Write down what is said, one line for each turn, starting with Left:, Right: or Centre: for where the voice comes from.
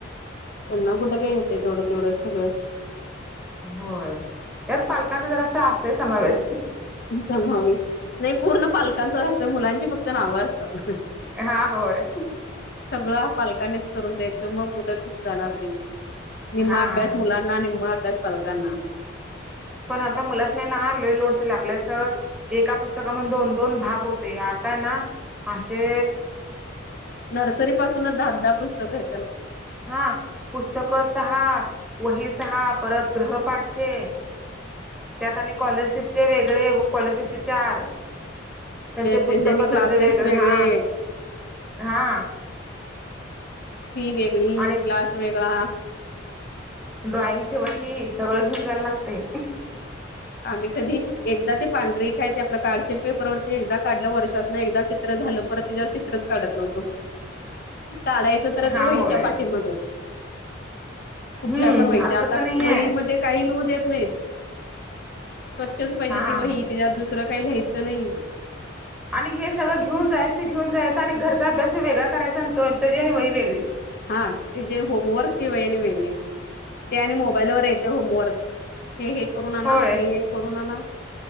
Left: त्यांना कुठं काय येतं, तेवढं तेवढं सगळं.
Centre: होय, त्यात पालकांचा जरासा असतंय समावेश.
Left: समावेश, नाही पूर्ण पालकांच असतं मुलांची फक्त नावं असतात.
Centre: हा होय
Left: सगळं पालकांनीच करून द्यायचं, मग मुलं घिऊन जाणार ते, निम्मा
Centre: हा
Left: अभ्यास मुलांना निम्मा अभ्यास पालकांना.
Centre: पण आता मुलासानी ना लय लोड झाला आपल्यावेळेस एका पुस्तकामध्ये दोन दोन भाग हो -ते आता ना अशे
Left: नर्सरीपासूनच दहादहा पुस्तकं आहेत त्यांना.
Centre: हा पुस्तक सहा, वही सहा, परत ग्रहपाठचे. त्यात आणि स्कॉलरशिपचे वेगळे व स्कॉलरशिपचे चार. त्यांचे
Left: त्याचे
Centre: पुस्तक
Left: आणि क्लासेस
Centre: त्याच वेगळ
Left: वेगळे
Centre: हा. हा.
Left: फी वेगळी
Centre: आणि
Left: क्लास वेगळा.
Centre: ड्रॉइंगची वही सगळं घेऊन जायला लागतय.
Left: आम्ही कधी एकदा ते पांढरी काय ते आपलं कार्डशीट पेपरवरती एकदा काढलं वर्षातन एकदाचे चित्र झालं परत त्याच्यावर चित्रच काढ नव्हतो.
Centre: <inaudible>
Left: काढायचं तर
Centre: हा
Left: ते वहीच्या
Centre: होय
Left: पाठी मागच. कुठल्या
Centre: हम्म
Left: पण वहीच्या आता
Centre: तसं नाही
Left: वहीमध्ये
Centre: आहे
Left: काही लिहू देत नायत. स्वच्छच पाहिजे
Centre: हा
Left: ती वही त्याच्यात दुसरं काय लियचं नाई.
Centre: आणि हे सगळ घीऊन जायाचं ते घीऊन जायचं आणि घरचा अभ्यास वेगळा करायचा तो त्याजी आणि वही वेगळीच.
Left: हा ते जे होमवर्कची व्हय आणि वेगळीच ते आणि मोबाईल वर येते होमवर्क. हे हे करुन आना
Centre: होय.
Left: हे हे करुून आना.